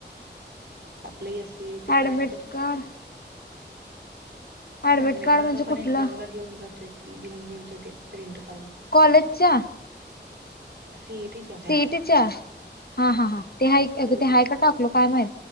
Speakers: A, on the right; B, on the left.
A: आप
B: admit
A: का
B: card admit
A: admit card
B: म्हणजे
A: आपण
B: कुठलं?
A: एक्झाम ला घेऊन जातोय घेऊन गेो प्रिंट काढून
B: कॉलेजच्या
A: सीईटीच्या काय
B: सिटीच्या हा हा हा ते हायक
A: सीईटी
B: ते हायक टाकलो काय माहित